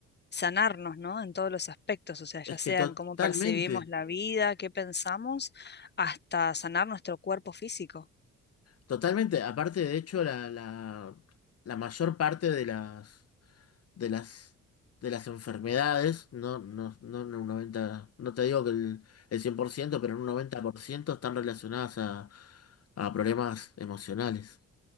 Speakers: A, on the left; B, on the left.
A: sanarnos, ¿no? En todos los aspectos, o sea, ya
B: Es
A: sea
B: que totalmente,
A: en cómo percibimos la vida, qué pensamos, hasta sanar nuestro cuerpo físico.
B: totalmente. Aparte, de hecho, la, la, la mayor parte de las, de las, de las enfermedades, no, no, no en un 90 no te digo que el, el 100% pero en un 90% están relacionadas a, a problemas emocionales.